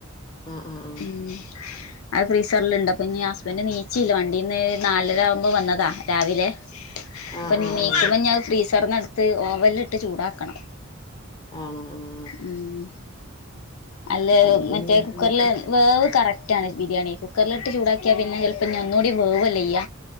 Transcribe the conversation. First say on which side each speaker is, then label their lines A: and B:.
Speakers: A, on the left; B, on the left.
A: അഹ് അഹ് ആഹ്
B: മ്മ് അത് ഫ്രീസർൽണ്ട് അപ്പോ നീ ഹസ്ബൻഡ് ണീച്ചില്ല വണ്ടീന്ന് നാലര ആവുമ്പോ വന്നതാ രാവിലെ
A: ആഹ്
B: അപ്പോനി
A: ആഹ്
B: ണീക്കുമ്പോ
A: ആഹ്
B: അത് ഫ്രീസർന്നെട്ത്ത് ഓവൻൽട്ട് ചൂടാക്കണം
A: ആണോ ആഹ്
B: മ് അല്ലെ
A: അപ്പൊ പിന്നെ
B: മറ്റെ
A: കൊഴപ്പല്ല
B: കുക്കറില് വെവ് കറക്റ്റ് ആണ് ബിരിയാണി കുക്കർൽട്ട് ചൂടാക്കിയ പിന്നെ ചിലപ്പ ഇനീ ഒന്നൂടി വെവല്ലെയ്യ